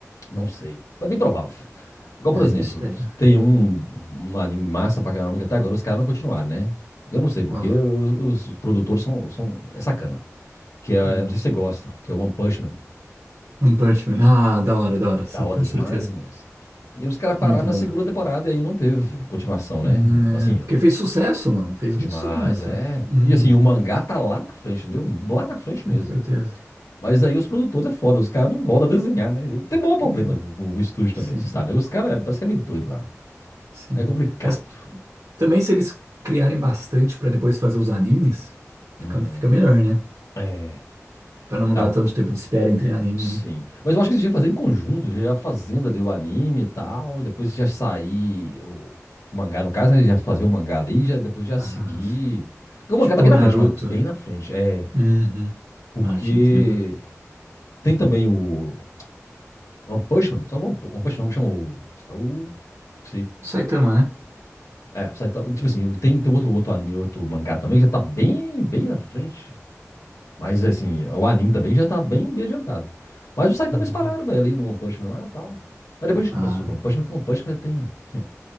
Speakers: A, on the left; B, on the right.
A: Não sei. Mas bem provável. Igual, por
B: Ah,
A: exemplo,
B: eu espero.
A: tem um, um anime massa pra caramba que até agora os caras não continuaram, né? Eu não sei, porque
B: Qual?
A: os, os produtores são, são. É sacana. Que é,
B: Hum.
A: não sei se você gosta, que é One Punch Man.
B: One Punch Man. Ah, da hora, da hora. Sim,
A: Da hora
B: com
A: demais,
B: certeza.
A: moço. E os caras pararam
B: Muito
A: na
B: bom.
A: segunda temporada e aí não teve continuação,
B: Hum,
A: né? Assim,
B: é, porque
A: ó,
B: fez sucesso, mano. Fez
A: demais,
B: muito sucesso.
A: é.
B: Uhum,
A: E assim, o mangá tá lá na frente, entendeu? Lá na frente
B: com
A: mesmo.
B: certeza.
A: Mas aí os produtores é foda, os caras não voltam a desenhar, né? Tem maior problema
B: Hum,
A: com o estúdio
B: sim,
A: também, você sabe. né? Os caras parece que é meio doido lá.
B: sim.
A: É complicado.
B: Mas também se eles criarem bastante pra depois fazer os animes, fica,
A: Hum,
B: fica melhor, né?
A: é.
B: Pra não
A: Ah,
B: dar tanto tempo de espera entre anime,
A: sim.
B: né?
A: Mas eu acho que eles deviam fazer em conjunto, já fazendo ali o anime e tal, depois já sair o o mangá, no caso, né? Já fazer o mangá ali, já, depois já
B: Ah,
A: seguir.
B: sim.
A: Porque o mangá
B: Tipo
A: tá bem na
B: Naruto.
A: frente, mas bem na frente. É.
B: Uhum.
A: Porque
B: Ah, te entendo.
A: tem também o One Punch Man, sabe o One Pu- One Punch Man, como chama o. é o esqueci.
B: O Saitama, né?
A: É, Saitama, tipo assim, tem, tem outro, outro, ani- outro mangá também, que já tá bem, bem na frente. Mas assim, o anime também já tá bem, bem adiantado. Mas o Saitama
B: Uhum.
A: eles pararam, velho, ali no One Punch Man lá e tal. Mas depois a gente
B: Ah,
A: conversa sobre o One Punch Man, que o One Punch Man tem. <laughs>